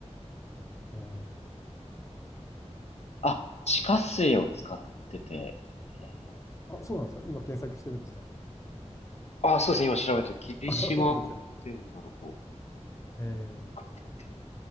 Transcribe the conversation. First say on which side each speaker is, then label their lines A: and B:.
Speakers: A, on the left; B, on the left.
A: はい。
B: あ、地下水を使ってて、えー
A: あ、そうなんですか。今検索してるんですか。<laughs>
B: あ、そうですね。今調べて、霧島、
A: あ、本当ですか。
B: これなんて読むんだろう。こ
A: ええ、
B: れなんて読む